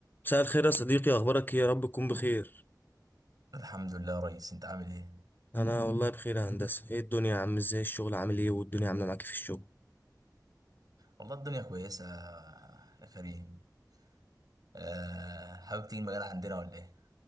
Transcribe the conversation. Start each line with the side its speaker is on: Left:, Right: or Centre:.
Left: مساء الخير يا صديقي اخبارك ايه يا رب تكون بخير
Right: الحمد لله يا ريس انت عامل ايه
Left: انا والله بخير يا هندسه ايه الدنيا يا عم ازاي الشغل عامل ايه والدنيا عامله معاك إيه في الشغل
Right: والله الدنيا كويسه يا كريم أه حابب تيجي المجال عندنا ولا ايه